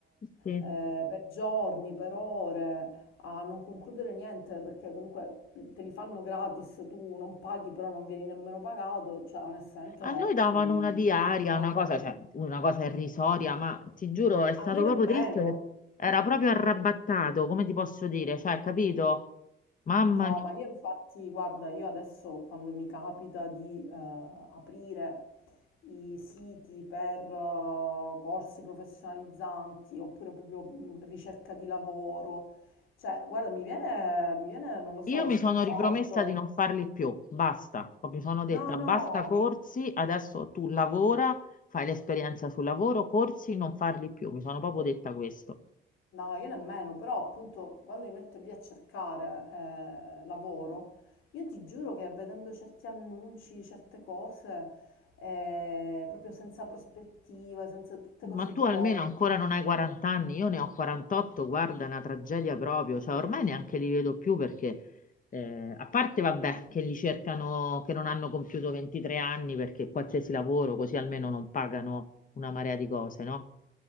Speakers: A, on the left; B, on the left.
A: Sì.
B: eh, per giorni, per ore, a non concludere niente, perché comunque te li fanno gratis, tu non paghi, però non vieni nemmeno pagato, cioè onestamente
A: A
B: no,
A: noi davano
B: mm,
A: una diaria,
B: mi sono stufata.
A: una cosa, cioè, una cosa irrisoria, ma ti giuro, è stato
B: A me nemmeno.
A: proprio triste. che Era proprio arrabattato, come ti posso dire? Cioè, capito? Mamma
B: No,
A: mia,
B: ma io infatti, guarda, io adesso quando mi capita di eh, aprire i siti per eh, corsi professionalizzanti oppure proprio mh, ricerca di lavoro, cioè, guarda, mi viene, mi viene, non lo so,
A: io
B: lo
A: mi
B: sconforto.
A: sono ripromessa di non farli più, basta. Mi sono detta,
B: No,
A: basta
B: no.
A: corsi, adesso tu lavora, fai l'esperienza sul lavoro, corsi, non farli più. Mi sono proprio detta questo.
B: No, io nemmeno, però appunto quando mi metto lì a cercare eh, lavoro, io ti giuro che vedendo certi annunci, certe cose, eh, proprio senza prospettiva, senza tutte cose
A: Ma tu
B: tipo...
A: almeno ancora non hai 40 anni, io ne ho 48, guarda, è una tragedia proprio, cioè ormai neanche li vedo più perché, eh, a parte vabbè, che li cercano, che non hanno compiuto 23 anni perché qualsiasi lavoro, così almeno non pagano una marea di cose, no?